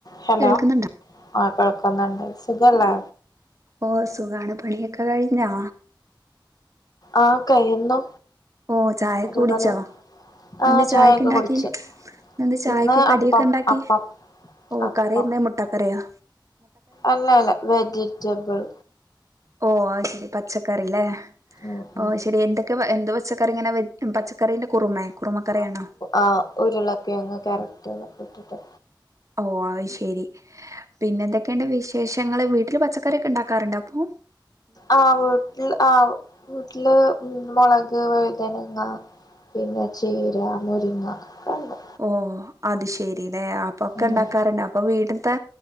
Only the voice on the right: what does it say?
കേൾക്കുന്നുണ്ടോ
ഓഹ് സുഖാണ് പണിയൊക്കെ കയ്ഞ്ഞോ?
ഓഹ് ചായൊക്കെകുടിച്ചോ?
എന്തേ
ചായക്ക്‌ഇണ്ടാക്കി
ഇന്ന്ന്തേ ചായക്ക്
കടിയൊക്കെഇണ്ടാക്കി.
ഓഹ്
കറിയന്ത് മുട്ടാകറിയാ.
ഓഹ് അഹ് ശെരി പച്ചക്കറിലേ
ഓഹ് ശെരി എന്തൊക് ക് എന്ത്പച്ചക്കറി ഇങ്ങനെ പച്ചക്കറിന്റെ കുറുമേ കുറുമക്കറിയണോ?
ഓഹ് അഹ് ശെരി പിന്നെ എന്തൊക്കെണ്ട് വിശേഷങ്ങള് വീട്ടില് പച്ചക്കറിയൊക്കെ ഇണ്ടാക്കാറുണ്ടോ അപ്പോ?
ഓഹ് അത്ശെരിലേ അപ്പൊക്കെ
ഇണ്ടാക്കാറുണ്ട് അപ്പൊവീട് ത്തേ